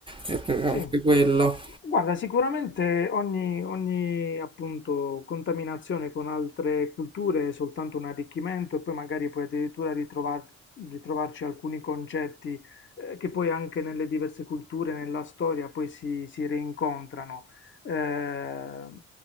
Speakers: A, on the right; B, on the left.
A: è proprio
B: sì.
A: anche quello.
B: Guarda, sicuramente ogni, ogni, appunto contaminazione con altre culture è soltanto un arricchimento e poi magari puoi addirittura ritrovar- ritrovarci alcuni concetti eh, che poi anche nelle diverse culture, nella storia, poi si, si rincontrano. Eh, eh,